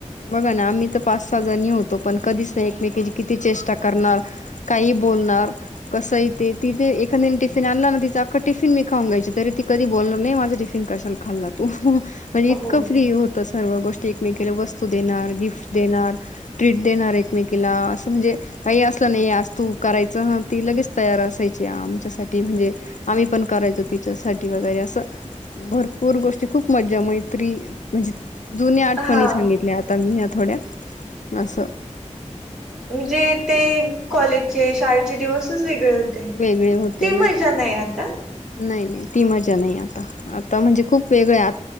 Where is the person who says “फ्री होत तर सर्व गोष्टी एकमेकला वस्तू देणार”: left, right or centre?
Left